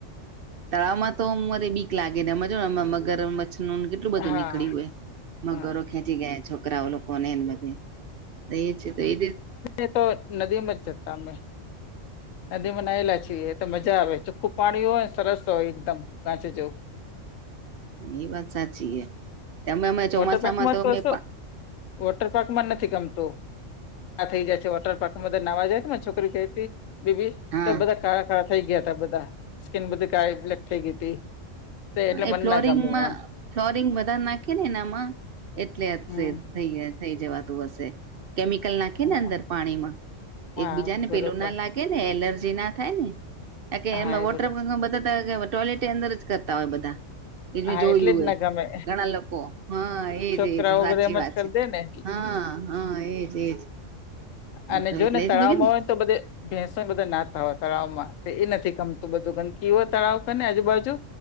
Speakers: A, on the right; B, on the left.
A: તળાવમાં તો મારે બીક લાગે હમ જો ને મગરમછ નુ કેટ એટલું બધું
B: હા
A: નીકળ્યું હોય મગરો
B: હા
A: ખેંચી ગયા છોકરાઓ લોકો કોને બધે એ છે તો એ
B: એ તો નદીમાં જ જતા અમે નદીમાં નાયલા છીએ એ તો મજા આવે ચોખ્ખું પાણી હોય ને સરસ હોય એકદમ પાચ જો
A: એ વાત સાચી એ તમે અમે ચોમાસામાં
B: વોટર પાર્કમાં
A: તો અમે
B: શું વોટર પાર્ક માં નથી ગમતું આ થઈ જાય છે વોટર પાર્કમાં ધ નવા જાય તો ને છોકરી ગઈતી બીબી
A: હા
B: તો બધા કાળા કાળા થઈ ગયા તા બધા સ્કિન બધી કાળી બ્લેક થઈ ગઈ હતી તો એટલે
A: એ
B: મને
A: ફ્લોરિંગમાં
B: ના ગમે આમ
A: ફ્લોરિંગ વધારે નાખે ને એમાં એટલે હશે
B: હમ
A: થઈ ગયા થઈ જવાતું હશે કેમિકલ ના ખેને
B: હા
A: અંદર પાણીમાં
B: હા,
A: એક બીજાને
B: બરોબર
A: પેલું ના લાગે ને એલર્જી ના થાય ને કે
B: હા
A: એમાં
B: એ
A: વોટર
B: બરોબર
A: બધા ત ટોયલેટ એ અંદર જ કરતા હોય બધા એજ મેં
B: હા
A: જોયું
B: એટલે જ ના
A: એ
B: ગમે
A: ઘણા લોકો હા એજ
B: છોકરાઓ
A: એજ સાચી
B: બધા એમ
A: વાત
B: જ કરી
A: છે
B: દે ને એટલે
A: હા હા એજ એજ
B: અને
A: તો
B: જો
A: એટલે
B: ને તળાવમાં
A: જ મેં કીધું
B: હોય તો બધે ભેંસો ન બધા નાતા હોય તળાવમાં, તે એ નથી ગમતું બધું, ગંદકી હોય તળાવ અને આજુબાજુ